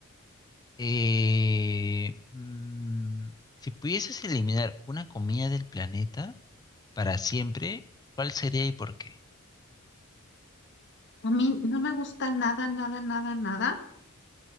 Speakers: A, on the left; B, on the left.
A: eh, mm, si pudieses eliminar una comida del planeta para siempre, ¿cuál sería y por qué?
B: A mí no me gusta nada, nada, nada, nada.